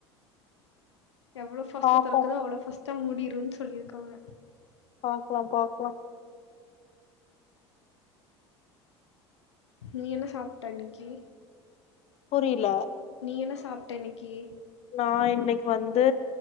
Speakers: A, on the left (about 85°); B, on the left (about 50°).
A: எவ்ளோ பாஸ்ட
B: பாப்போ
A: தொறக்குதோ அவ்ளோ பாஸ்ட மூடிடுரு சொல்லிருக்கு <unintelligible>
B: பாக்கலா பாக்கலா
A: நீ என்ன சாப்ட்ட இன்னிக்கி
B: புரியல
A: நீ என்ன சாப்ட்ட இன்னிக்கி
B: நா இன்னிக்கு வந்து